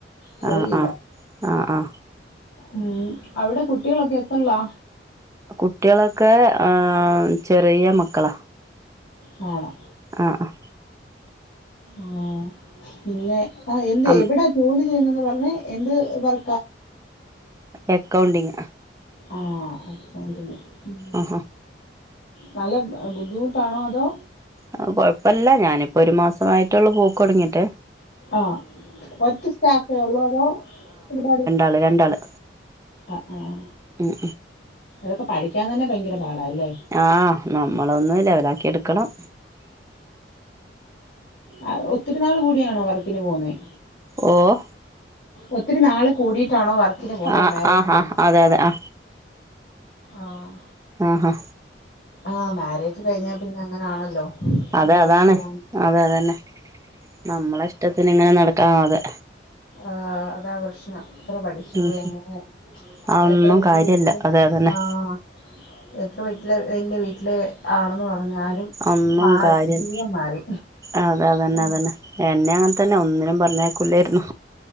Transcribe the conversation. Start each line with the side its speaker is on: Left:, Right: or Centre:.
Left: പോയില്ല.
Right: ആ ആ ആ ആ
Left: ഉം അവിടെ കുട്ടികളൊക്കെ എത്ത്റല്ലാ?
Right: കുട്ടിയേളൊക്കെ ഏഹ് ചെറിയ മക്കളാ.
Left: ഹാണോ
Right: ആഹ് അഹ്
Left: ആഹ് പിന്നെ ആഹ് എന്ത്
Right: ആ
Left: എവിടാ ജോലി ചെയ്യുന്നന്ന് പറഞ്ഞെ എന്ത് വർ
Right: എക്കൗണ്ടിങ്
Left: ആഹ് അക്കൗണ്ടിംഗ് ഉം.
Right: ആഹാ
Left: നല്ല ബുദ്ധിമുട്ടാണോ അതോ
Right: അഹ് കൊഴപ്പല്ല ഞാനിപ്പോ ഒരു മാസമായിട്ടൊള്ളൂ പോക്ക് തൊടങ്ങീട്ട്.
Left: ആഹ്. ഒറ്റ സ്റ്റാഫേ ഒള്ളോ അതോ ഒരുപാട്
Right: അള് രണ്ടാള്.
Left: അആഹ്.
Right: ഉം
Left: അതൊക്കെ പഠിക്കാൻ തന്നെ ഭയങ്കര പാടാ ല്ലേ
Right: ആഹ് നമ്മളൊന്ന് ലെവലാക്കി എടുക്കണം
Left: ആഹ്. ഒത്തിരിനാൾ കൂടിയാണോ വർക്കിന് പോവുന്നേ?
Right: ഓഹ്
Left: ഒത്തിരി നാള് കൂടിയിട്ടാണോ വർക്കിന് പോവുന്നേ
Right: ആ
Left: മാരേജ്
Right: ആ
Left: കഴിഞ്ഞ്?
Right: ആ അതെ അതെ ആ
Left: ആഹ്.
Right: ആഹാ
Left: ആഹ് മാരേജ് കഴിഞ്ഞാ പിന്നെ അങ്ങനാണല്ലോ
Right: അതെ
Left: ജോലി
Right: അതാണ്
Left: <inaudible>
Right: അതെ അതന്നെ നമ്മളെ ഇഷ്ടത്തിന് ഇങ്ങനെ നടക്കാ ആഹ് അതെ
Left: ആഹ്. അതാ പ്രശ്നം. എത്ര പടി ട്ടുഎങ്ങനെ.
Right: ഉം അതൊന്നും
Left: എത്ര <unintelligible>
Right: കാര്യല്ല
Left: വീട്ടില്
Right: അതെ അതന്നെ
Left: ആഹ് എത്ര വീട്ടില് വല്യ വീട്ടില് ആണെന്ന് പർ <unintelligible> രും
Right: ഒന്നും
Left: മാറി
Right: കാര്യല്ല
Left: ജീവിതം മാറി.
Right: അതെ അതന്നെ
Left: ല്ലേ
Right: അതന്നെ എന്നെ അങ്ങൻ തന്നെ ഒന്നിനും പർഞ്ഞയ്ക്കൂലേര്ന്നു.